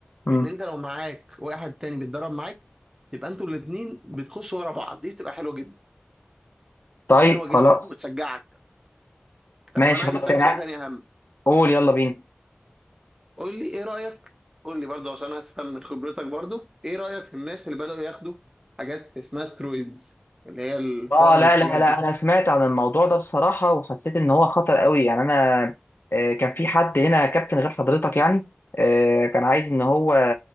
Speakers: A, on the left (about 65°); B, on the right (about 15°).
A: مم.
B: ان انت لو معاك واحد تاني بيتدرب معاك تبقى انتوا الاثنين بتخشوا ورا بعض دي تبقى حلوه جدا
A: طيب
B: حلوه
A: خلاص
B: جدا وبتشجعك
A: ماشي
B: طب انا عايز
A: خلاص
B: اسالك
A: يعني
B: سؤال تاني اهم
A: قول يلا بينا
B: قول لي ايه رايك قول لي برضو عشان افهم من خبرتك برضو ايه رايك في الناس اللي بداوا ياخدوا حاجات اسمها سترويدز اللي هي الحقن
A: اه لا
B: والحاجات
A: لا لا
B: دي
A: انا سمعت عن الموضوع ده بصراحه وحسيت ان هو خطر قوي يعني انا آه، كان في حد هنا كابتن غير حضرتك يعني آه، كان عايز ان هو